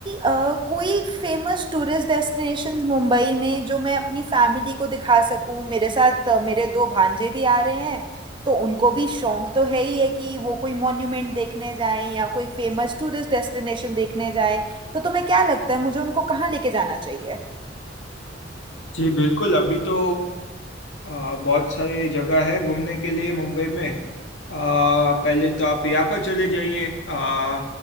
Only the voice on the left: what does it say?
जी बिल्कुल अभी तो आ, बहुत सारी जगह है घूमने के लिए मुंबई में आ, पहले तो आप यहाँ पर चले जाइए आ,